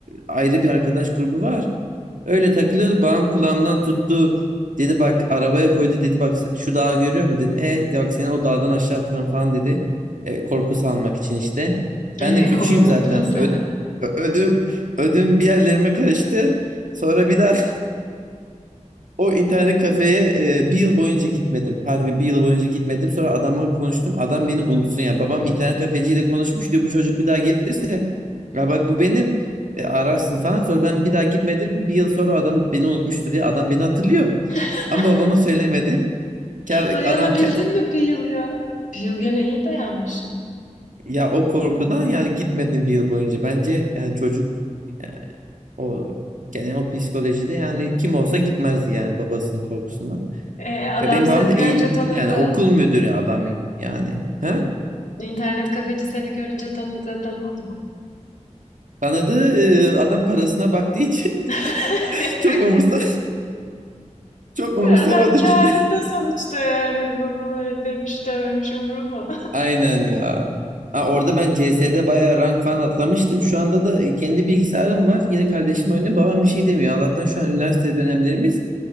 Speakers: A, on the right (about 85°); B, on the left (about 80°).
A: ayrı bir arkadaş grubu var. Öyle takılıyorduk. Bağım kulağımdan tuttu. Dedi bak arabaya koydu. Dedi bak şu dağı görüyor musun? Dedim e bak seni o dağdan aşağı atarım falan dedi. E, korku salmak için işte.
B: Ee,
A: Ben de küçüğüm
B: korkuttu
A: zaten.
B: mu seni?
A: Ö- ö- ödüm ödüm bir yerlerime karıştı. Sonra bir daha <laughs> O internet kafeye e, bir yıl boyunca gitmedim. Harbi bir yıl boyunca gitmedim. Sonra adamla konuştum. Adam beni unutsun yani. Babam internet kafeciyle konuşmuş diyor. Bu çocuk bir daha gelirse ya bak bu benim E, ararsın falan. Sonra ben bir daha gitmedim. Bir yıl sonra adam beni unutmuştur diye adam beni hatırlıyor.
B: <laughs>
A: Ama babama söylemedi. Ker,
B: Dayanabildin
A: adam ker-
B: mi bir yıl ya? Bir yıl gene iyi dayanmışsın.
A: ya o korkudan yani gitmedim bir yıl boyunca. Bence yani çocuk e, o yani o psikolojide yani kim olsa gitmezdi yani babasının korkusundan.
B: Ee, adam
A: Ya benim
B: seni
A: babam da eğitimci
B: görünce tanıdı.
A: yani okul müdürü adam yani. Ha?
B: İnternet kafeci seni görünce tanıdı. Tanımadı mı?
A: Tanıdığı e, adam parasına baktığı için
B: <laughs>
A: <laughs> çok umursa <laughs> çok umursamadı
B: Adam kârında
A: cidden.
B: sonuçta yani babaları demiş dememiş umuruma.
A: <laughs> Aynen ya. Aa, orada ben CS'de bayağı rank falan atlamıştım. Şu anda da kendi bilgisayarım var. Yine kardeşim oynuyor. Babam bir şey demiyor. Allah'tan şu an üniversite dönemlerimiz.